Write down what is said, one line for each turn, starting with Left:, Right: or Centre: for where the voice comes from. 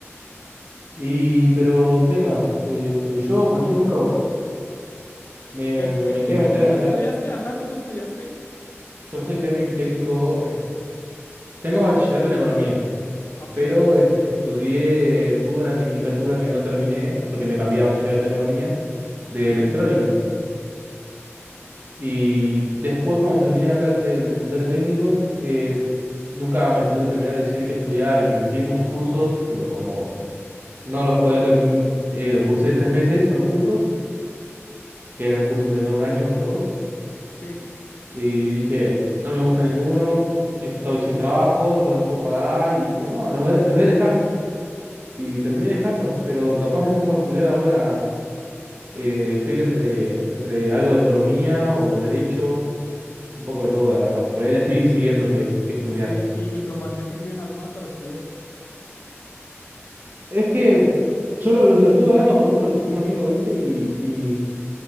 Right: Y, pero, ¿qué onda? Este, yo, por ejemplo, me,
Left: Es
Right: me- me
Left: que,
Right: metí
Left: ¿tú
Right: a
Left: que,
Right: meter
Left: tú
Right: a,
Left: que estudiaste? Ajá, ¿tú que estudiaste?
Right: Yo soy técnic- técnico, es- tengo bachillerato en economía,
Left: Ok,
Right: pero est- estudié, tuve una tecnicatura que no terminé porque me cambié a bachillerato de economía de
Left: ok,
Right: electrónica. Y después cuando terminé acá el, se- el secundario técnico, eh, nunca me pude terminar de decir qué estudiar y me metí en muchos cursos, pero como no los podía terminar, los cursé tres meses a los cursos, que eran cursos de más de un año los dos.
Left: sí,
Right: Y dije, no me gusta ninguno, estoy sin trabajo, no los puedo pagar. Y dije, bueno, los, voy- los voy a dejar. Y terminé dejando, pero capaz me pongo a estudiar ahora. eh, estoy entre, entre algo de economía o derecho, un poco de todo, la verdad. Todavía estoy decidiendo qué, est- qué estudiar.
Left: sí, y como en qué te inclinas más para estudiar?
Right: Es que yo lo, lo- lo estuve hablando con otro, con un amigo, ¿viste? Y, y